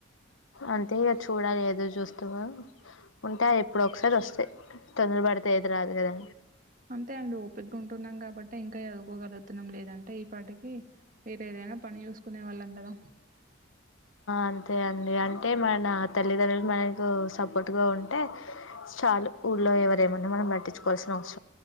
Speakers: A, on the left; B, on the right.
A: అంతే ఇగ చూ చూడాలె ఎదురుచూస్తూ ఉంటే అ ఎప్పుడో ఒకసార్ వస్తయి. తొందర పడితే ఏది రాదు కదా
B: అంతే అండి ఓపిగ్గా ఉంటున్నాం కాబట్టే ఇంకా చదుకోగలుగుతున్నాం లేదంటే ఈ పాటికి వేరే ఏదైనా పని చూస్కునే వాళ్ళం గదా
A: అంతే అంటే మన తల్లిదండ్రులు మనకు సపోర్ట్గా ఉంటే చాలు ఊళ్ళో ఎ ఎవర్ ఏమన్న మనం పట్టించుకోవాల్సిన అవస